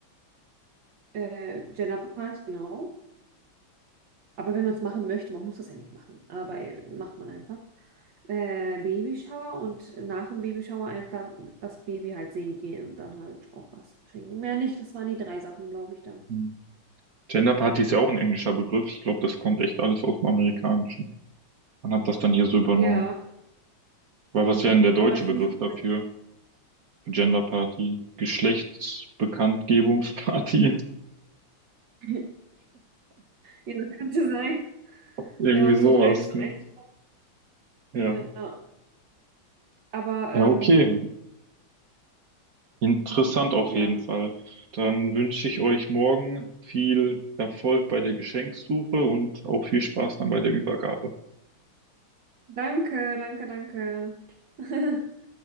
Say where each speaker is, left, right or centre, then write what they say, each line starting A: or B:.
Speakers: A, on the right (about 70°); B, on the right (about 55°).
A: äh, Gender Party, genau. Aber wenn man es machen möchte, man muss das ja nicht machen. Aber äh, macht man einfach. Äh, Babyshower und nach dem Babyshower einfach das Baby halt sehen gehen und dann halt auch was schenken. Mehr nicht, das waren die drei Sachen, glaube ich, dann.
B: Hm. Gender Party ist ja auch ein englischer Begriff. Ich glaube, das kommt echt alles aus dem Amerikanischen. Man hat das dann hier so übernommen.
A: Ja,
B: Weil was
A: mhm.
B: wäre denn der deutsche
A: Aber das
B: Begriff
A: finde ich gut.
B: dafür? Für Gender Party? Geschlechtsbekanntgebungsparty?
A: <laughs> Ja, könnte sein,
B: Irgendwie
A: wenn man es
B: sowas,
A: so eins zu
B: ne?
A: eins.
B: Ja.
A: Ja, aber,
B: Ja,
A: ähm,
B: okay. Interessant
A: achso,
B: auf
A: ja.
B: jeden Fall. Dann wünsche ich euch morgen viel Erfolg bei der Geschenksuche und auch viel Spaß dann bei der Übergabe.
A: Danke, danke, danke. <laughs>